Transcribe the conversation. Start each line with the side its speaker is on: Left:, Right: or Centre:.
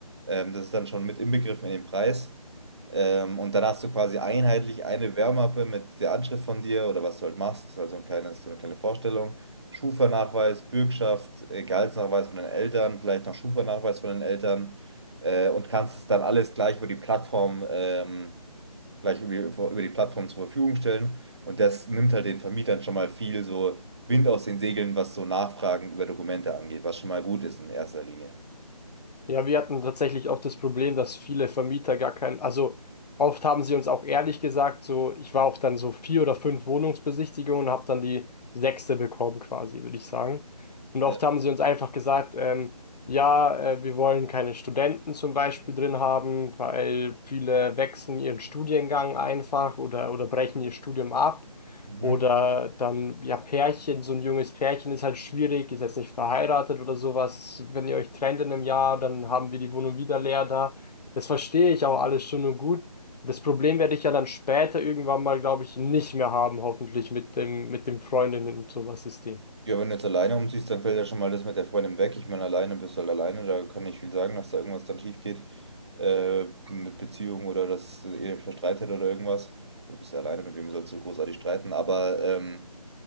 Right: Ähm, das ist dann schon mit inbegriffen in den Preis. Ähm, und dann hast du quasi einheitlich eine Wärmmappe mit der Anschrift von dir oder was du halt machst, also ein kleines, so eine kleine Vorstellung. Schufa-Nachweis, Bürgschaft, äh, Gehaltsnachweis von den Eltern, vielleicht noch Schufa-Nachweis von den Eltern äh, und kannst es dann alles gleich über die Plattform, ähm, gleich über die, über die Plattform zur Verfügung stellen. Und das nimmt halt den Vermietern schon mal viel so Wind aus den Segeln, was so Nachfragen über Dokumente angeht, was schon mal gut ist in erster Linie.
Left: Ja, wir hatten tatsächlich auch das Problem, dass viele Vermieter gar keinen, also oft haben sie uns auch ehrlich gesagt, so ich war auf dann so vier oder fünf Wohnungsbesichtigungen und habe dann die sechste bekommen quasi, würde ich sagen. Und
Right: Ja.
Left: oft haben sie uns einfach gesagt, ähm, ja, äh, wir wollen keine Studenten zum Beispiel drin haben, weil viele wechseln ihren Studiengang einfach oder, oder brechen ihr Studium ab.
Right: Mhm.
Left: Oder dann, ja, Pärchen, so ein junges Pärchen ist halt schwierig, ist jetzt nicht verheiratet oder sowas. Wenn ihr euch trennt in einem Jahr, dann haben wir die Wohnung wieder leer da. Das verstehe ich auch alles schon und gut. Das Problem werde ich ja dann später irgendwann mal, glaube ich, nicht mehr haben, hoffentlich mit dem, mit dem Freundinnen und sowas System.
Right: Ja, wenn du jetzt alleine umziehst, dann fällt ja schon mal das mit der Freundin weg. Ich meine, alleine bist du halt alleine, da kann nicht viel sagen, dass da irgendwas dann schief geht. Äh, mit Beziehung oder dass ihr euch verstreitet oder irgendwas. Du bist ja alleine, mit wem sollst du großartig streiten? Aber ähm,